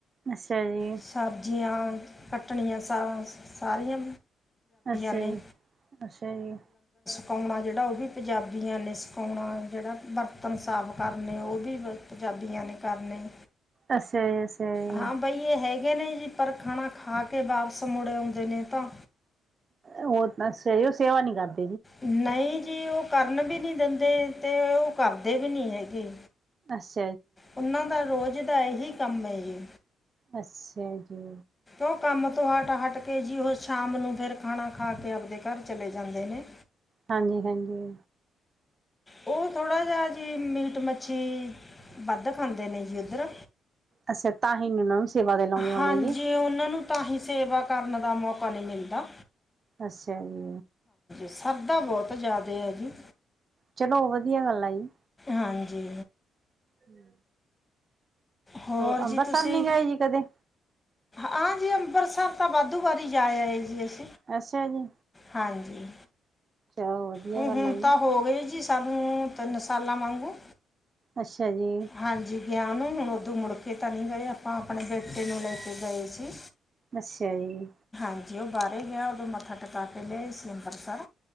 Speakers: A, on the right; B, on the left.
A: ਅੱਛਾ ਜੀ।
B: ਸਬਜ਼ੀਆਂ ਕੱਟਣੀਆਂ ਸਾਰ ਸਾਰੀਆਂ।
A: ਅੱਛਾ
B: ਨੇ
A: ਜੀ -ਅੱਛਾ ਜੀ।
B: ਕਾਉਣਾ ਜਿਹੜਾ ਉਹ ਵੀ ਪੰਜਾਬੀਆਂ ਨੇ। ਪਾਉਣਾ ਜਿਹੜਾ ਬਰਤਨ ਸਾਫ਼ ਕਰਨੇ ਉਹ ਵੀ ਪੰਜਾਬੀਆਂ ਨੇ ਕਰਨੇ।
A: ਅੱਛਾ ਜੀ। ਜੀ।
B: ਹਾਂ, ਬਈਏ ਹੈਗ ਅਗੇ ਨਹੀਂ ਜੀ। ਪਰ ਖਾਣਾ ਖਾ ਕੇ ਵਾਪਸ ਮੁੜੇ ਆਦੇ ਨੇ, ਤਾਂ
A: ਉਹ ਤਾਂ ਸਹੀ ਉਹ ਸੇਵਾ ਨੀ ਕਰਦਾ।
B: ਨਹੀਂ। ਜੀ ਉਹ ਕਰਨ ਵੀ ਨੀ ਦਿੰਦੇ ਤੇ ਉਹ ਕਰਦੇ ਵੀ ਨੀ ਹੈਗੇ।
A: ਬਸ।
B: ਉਹਨਾਂ ਦਾ ਰੋਜ਼ ਦਾ ਇਹੀ ਕੰਮ ਹੈ ਜੀ।
A: ਅੱਛਾ ਜੀ।
B: ਉਹ ਕੰਮ ਤੋਂ ਹਟ-ਹਟ ਕੇ ਜੀ, ਉਹ ਸ਼ਾਮ ਨੂੰ ਫਿਰ ਖਾਣਾ ਖਾ ਕੇ, ਆਪਦੇ ਘਰ ਚਲੇ ਜਾਂਦੇ ਨੇ।
A: ਹਾਂਜੀ-ਹਾਂਜੀ।
B: ਉਹ ਥੋੜਾ ਜਿਹਾ ਜੀ ਮੀਟ ਮੱਛੀ ਵੱਧ ਖਾਂਦੇ ਨੇ ਜੀ ਉੱਧਰ।
A: ਅੱਛਾ ਤਾਂ ਹੀ ਨ ਸੇਵਾ ਤੇ ਲਾਉਂਦੇ ਹੋਣੇ
B: ਹਾਂਜੀ
A: ਜੇ
B: ਉਹਨਾਂ ਨੂੰ ਤਾਂ ਹੀ ਸੇਵਾ ਕਰਨ ਦਾ ਮੌਕਾ ਨਹੀਂ ਮਿਲਦਾ।
A: ਅੱਛਾ ਜੀ।
B: ਸ਼ਰਧਾ ਬਹੁਤ ਜ਼ਿਆਦਾ ਹੈ ਜੀ।
A: ਚਲੋ ਵਧੀਆ ਗੱਲ ਆ ਜੀ।
B: ਹਾਂਜੀ।
A: ਹੂੰ।
B: ਹੋਰ
A: ਉਹ ਅੰਬਰਸਰ
B: ਜੀ ਤੁਸੀਂ
A: ਨੀ ਗਏ ਜੀ ਕਦੇ।
B: ਹਾਂ ਜੀ ਅੰਬਰਸਰ ਤਾਂ ਵਾਧੂ ਵਾਰੀ ਜਾਇਆ ਹੈ ਜੀ ਅਸੀਂ।
A: ਅੱਛਾ ਜੀ,
B: ਹਾਂਜੀ
A: ਚਲੋ ਵਧੀਆ
B: ਊਂ
A: ਗੱਲ
B: ਹੁਣ
A: ਆ ਜੀ,
B: ਤਾਂ ਹੋ ਗਏ ਜੀ ਸਾਨੂੰ ਤਿੰਨ ਸਾਲਾ ਵਾਂਗੂ,
A: ਅੱਛਾ ਜੀ,
B: ਹਾਂਜੀ ਗਿਆ ਨੂੰ ਹੁਣ ਉਦੋਂ ਮੁੜ ਕੇ ਤਾਂ ਨਹੀਂ ਗਏ ਆਪਾਂ ਆਪਣੇ ਬੇਟੇ ਨੂੰ ਲੈ ਕੇ ਗਏ ਸੀ।
A: ਅੱਛਾ ਜੀ,
B: ਹਾਂ ਜੀ ਉਹ ਬਾਹਰ ਗਿਆ ਉਦੋਂ ਮੱਥਾ ਟਕਾ ਕੇ ਲਿਆ ਸੀ, ਅੰਭਰਸਰ